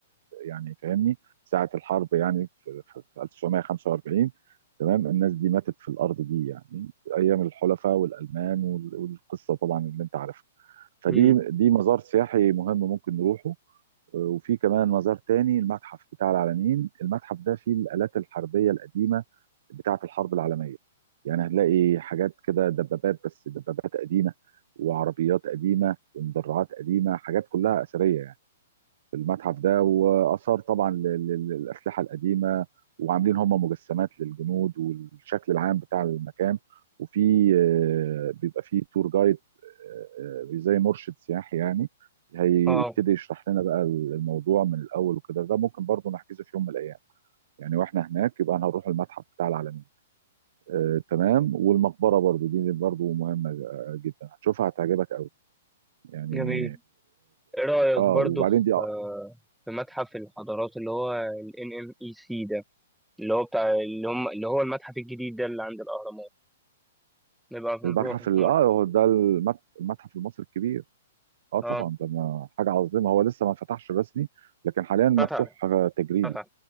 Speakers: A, on the right; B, in the centre.
A: يعني فاهمني ساعة الحرب يعني في في- في 1945 تمام الناس دي ماتت في الأرض دي يعني أيام الحلفاء والألمان وال- والقصة طبعا اللي أنت عارفها فدي
B: امم
A: دي مزار سياحي مهم ممكن نروحه وفي كمان مزار تاني المتحف بتاع العلمين المتحف ده فيه الآلات الحربية القديمة بتاعة الحرب العالمية يعني هتلاقي حاجات كده دبابات بس دبابات قديمة وعربيات قديمة ومدرعات قديمة حاجات كلها أثرية يعني في المتحف ده واثار طبعا لل- لل- للاسلحه القديمه وعاملين هم مجسمات للجنود والشكل العام بتاع المكان وفي آه، بيبقى في تور جايد آه، آه، زي مرشد سياحي يعني هيبتدي
B: اه
A: يشرح لنا بقى الموضوع من الاول وكده ده ممكن برضو نحجزه في يوم من الايام يعني واحنا هناك يبقى هنروح المتحف بتاع العالمين آه، تمام والمقبره برضو دي برضو مهمه آه، جدا هتشوفها هتعجبك قوي يعني
B: جميل ايه رأيك
A: اه آه،
B: برضو
A: وبعدين
B: في
A: دي
B: في متحف الحضارات اللي هو ال NMEC ده اللي هو بتاع اللي هم اللي هو المتحف الجديد ده اللي عند الاهرامات نبقى بنروح
A: المتحف ال-
B: في مرة
A: اه هو ده المت- المتحف المصري الكبير اه
B: اه
A: طبعا ده ما- حاجه عظيمه هو لسه ما فتحش رسمي لكن حاليا مفتوح
B: فتح
A: آه، تجريبي
B: فتح